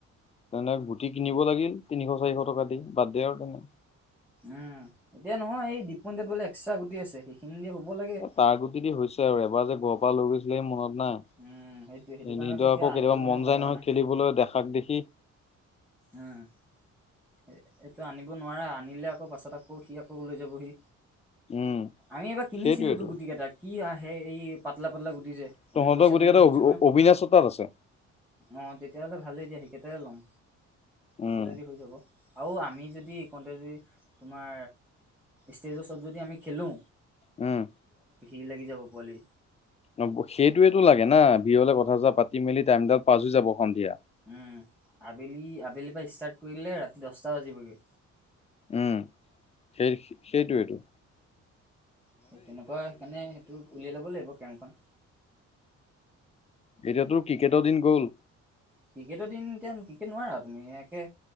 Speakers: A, on the left (about 20°); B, in the centre.
A: তেনে গুটি কিনিব লাগিল তিনিশ চাৰিশ টকা দি বাদ দে আও তেনে।
B: উম এতিয়া নহয় এই দিপইনত বোলে এক্সট্ৰা গুটি আছে সেইখিনি লাগে।
A: এ তাৰ গুটি দি হৈছে আৰু এবাৰ যে গ প লৈ গৈছিলে মনত নাই?
B: উম, সেইটোৱে সেইটো
A: এনেই
B: কাৰণেতো
A: টো
B: এতিয়া
A: আকৌ
B: আনিবলৈ
A: কেতিয়াবা মন
B: ইমান ভাল
A: যায়
B: লগা
A: নহয়
B: নাই।
A: খেলিবলৈ দেখাক দেখি
B: উম এইটো আনিব নোৱাৰে আনিলে আকৌ পাছত আকৌ সি আকৌ লৈ যাবহি।
A: উম
B: আমি এবাৰ কিনিছিলো
A: সেইটোৱেইটো
B: তো গুটি কেইটাক। কি আহে এই পাতলা পাতলা গু দি যে
A: তহঁতৰ
B: আমি পইচা
A: গোটেই
B: তুলি
A: কেইটা
B: কিনিছোঁ নহয়,
A: অবিনাশৰ তাত আছে
B: অঁ তেতিয়াহ'লে ভালেই দিয়া সেইিকেইটাই ল'ম।
A: উম
B: আছে যদি হৈ যাব। আৰু আমি যদি এই কওঁতে যদি তোমাৰ ষ্টেজৰওচৰত যদি আমি খেলো
A: উম।
B: ভিৰ লাগি যাব পোৱালি
A: অ সেইটোয়েতটো লাগে না ভিৰহলে কথা চথা পাতি মেলি টাইমডাল পাছ হৈ যাব সন্ধিয়া।
B: উম আবেলি আবেলিৰ পৰা ষ্টাৰ্ট কৰিলে ৰাতি দহটা বাজিবগে।
A: উম সেই সেইটোইটো।
B: সেই তেনেকুৱা সেইকাৰণে সেইটো উলিয়াই লব লাগিব কেমখন।
A: এতিয়া তোৰ ক্ৰিকেটৰ দিন গ'ল।
B: ক্ৰিকেটৰ দিন এতিয়া ক্ৰিকেট নোৱাৰা আৰু তুমি একে